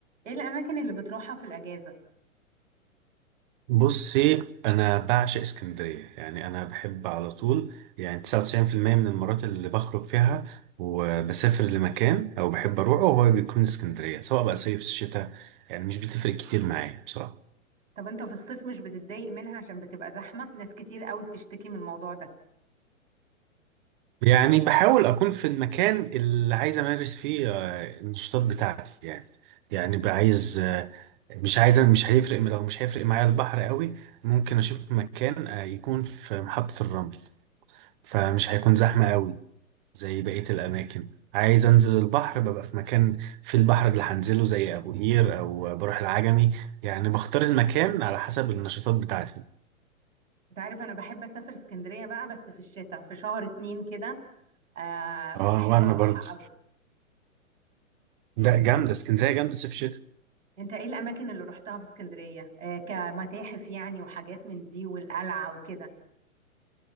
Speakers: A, on the right; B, on the right.
A: ايه الاماكن اللي بتروحها في الاجازه
B: بصي انا بعشق اسكندريه يعني انا بحب على طول يعني 99% من المرات اللي بخرج فيها وبسافر لمكان او بحب اروحه هو بيكون اسكندريه سواء بقى صيف شتاء يعني مش بتفرق كتير معايا بصراحه
A: طب انت في الصيف مش بتتضايق منها عشان بتبقى زحمه ناس كتير قوي بتشتكي من الموضوع ده
B: يعني بحاول اكون في المكان اللي عايز امارس فيه آه، النشاطات بتاعتي يعني يعني بقى عايز آه، مش عايز مش هيفرق لو مش هيفرق معايا البحر قوي ممكن اشوف مكان آه، يكون في محطه الرمل فمش هيكون زحمه قوي زي بقية الأماكن عايز أنزل البحر ببقى في مكان في البحر اللي هنزله زي أبو قير أو بروح العجمي يعني بختار المكان على حسب النشاطات بتاعتي
A: انت عارف انا بحب اسافر اسكندريه بقى بس في الشتاء في شهر اتنين كده آه بحب
B: اه وأنا
A: اروحها
B: برضه
A: قوي
B: ده جامدة اسكندرية جامدة صيف شتا
A: انت ايه الاماكن اللي روحتها في اسكندريه آه كمتاحف يعني وحاجات من دي والقلعه وكده